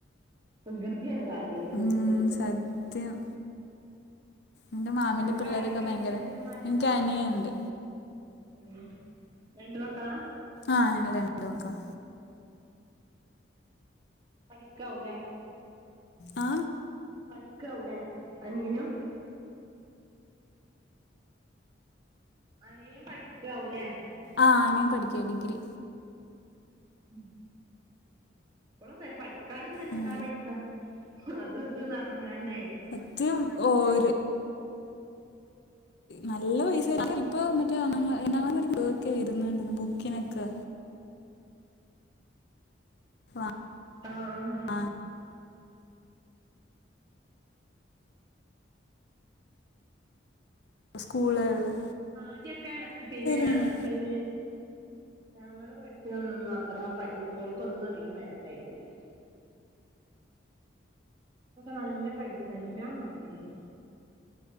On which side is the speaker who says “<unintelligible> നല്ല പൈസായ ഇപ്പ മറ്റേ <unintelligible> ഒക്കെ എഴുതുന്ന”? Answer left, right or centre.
Left